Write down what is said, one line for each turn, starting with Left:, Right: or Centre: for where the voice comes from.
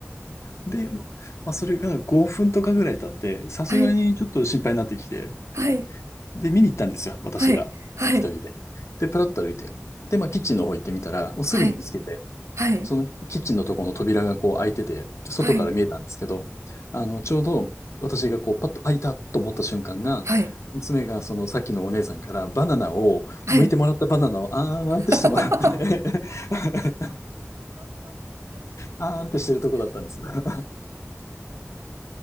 Left: で、まあ、それが5分とかぐらい経って、さすがにちょっと心配になってきて、
Right: はい、はい、
Left: で、見に行ったんですよ、私が。
Right: はい、はい、
Left: 一人で。で、プラッと歩いて。で、まあ、キッチンの方行ってみたら、おすぐに見つけて、
Right: はい、は
Left: そのキッチンのところの扉がこう開いてて、外から見えたんですけど、
Right: い、はい、
Left: あの、ちょうど私がこうパッと開いたと思った瞬間が、
Right: はい、
Left: 娘がそのさっきのお姉さんからバナナを、
Right: はい。
Left: 剥いてもらったバナナをあーんってしてもらって
Right: <laughs>
Left: <laughs> あーんってしてるとこだったんです。<laughs>